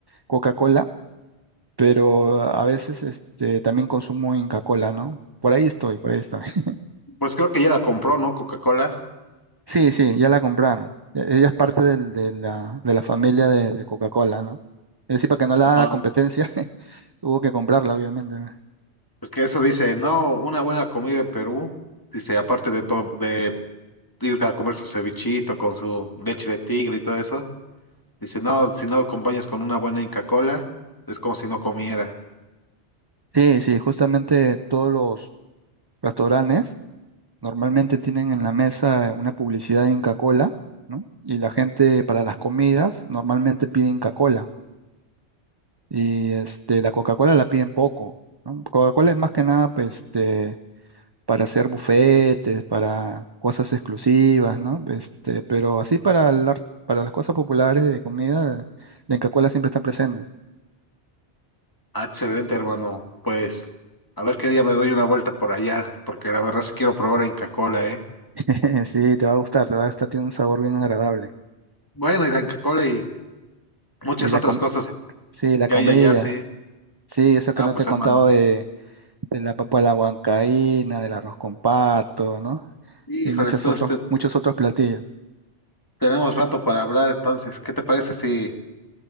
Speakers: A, on the right (about 25°); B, on the left (about 20°).
A: Coca-Cola, pero a veces este también consumo Inca-Cola, ¿no? Por ahí estoy, por ahí estoy. <laughs>
B: Pues creo que ya la compró, ¿no? Coca-Cola.
A: Sí, sí, ya la compraron. E- Ella es parte del- de la, de la familia de, de Coca-Cola, ¿no? Es decir, para que no la haga
B: No.
A: competencia, <laughs> tuvo que comprarla, obviamente. ¿no?
B: Porque eso dice, no, una buena comida en Perú. Dice, aparte de todo, de ir a comer su cevichito con su leche de tigre y todo eso. Dice, no, si no acompañas con una buena Inca Cola, es como si no comiera.
A: Sí, sí, justamente todos los restaurantes Normalmente tienen en la mesa una publicidad de Inca-Cola, ¿no? Y la gente para las comidas normalmente pide Inca-Cola. Y este, la Coca-Cola la piden poco, ¿no? Coca-Cola es más que nada pues, este, para hacer bufetes, para cosas exclusivas, ¿no? Este, pero así para, el ar- para las cosas populares de comida, la Inca-Cola siempre está presente.
B: Ah, excelente, hermano. Pues, a ver qué día me doy una vuelta por allá, porque la verdad sí quiero probar la Inca Cola, ¿eh?
A: <laughs> Sí, te va a gustar, te va a gustar, tiene un sabor bien agradable.
B: Bueno, y la Inca Cola y muchas
A: Y la
B: otras
A: com-
B: cosas
A: sí, la
B: que
A: comida.
B: hay allá, sí.
A: Sí, eso
B: Ah,
A: que no
B: pues,
A: te he
B: hermano.
A: contado de de la papa a la huancaína, del arroz con pato, ¿no?
B: Híjole,
A: Y muchos
B: entonces
A: otros,
B: te,
A: muchos otros platillos.
B: Tenemos rato para hablar, entonces, ¿qué te parece si